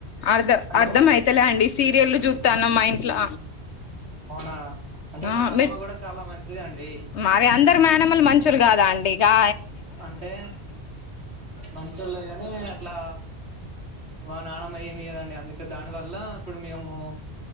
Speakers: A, on the left (about 80°); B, on the right (about 70°).
A: అ
B: హలో
A: అర్ధం అయితలే అండి సీరియల్ూ తన మైండ్లా
B: అవునా అంటే
A: ఆ
B: మా నానమ్మ
A: మీరు
B: కూడా చాలా మంచిదండి
A: మరి అందర మేనిమల్ మంచులు కాదా కా
B: అంటే మంచిల్లే కాని అట్లా మా నానమ్మ ఏమి కదండి అందుకే దాని వల్ల ఇప్పుడు మేము